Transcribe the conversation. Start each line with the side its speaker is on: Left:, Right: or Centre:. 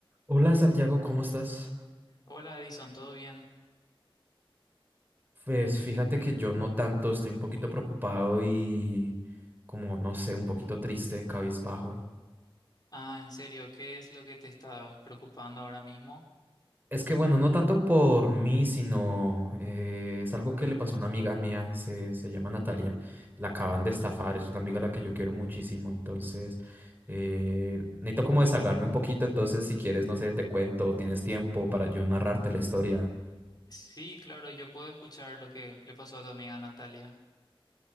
Right: Hola Santiago, ¿cómo estás?
Left: Hola Edison, ¿todo bien?
Right: Pues fíjate que yo no tanto, estoy un poquito preocupado y como no sé, un poquito triste, cabizbajo.
Left: Ah, en serio, ¿qué es lo que te está preocupando ahora mismo?
Right: Es que bueno, no tanto por mí, sino eh, es algo que le pasó a una amiga mía, se, se llama Natalia, la acaban de estafar, es una amiga a la que yo quiero muchísimo, entonces eh, necesito como desahogarme un poquito, entonces si quieres, no sé, te cuento, tienes tiempo para yo narrarte la historia.
Left: Sí, claro, yo puedo escuchar lo que le pasó a tu amiga Natalia.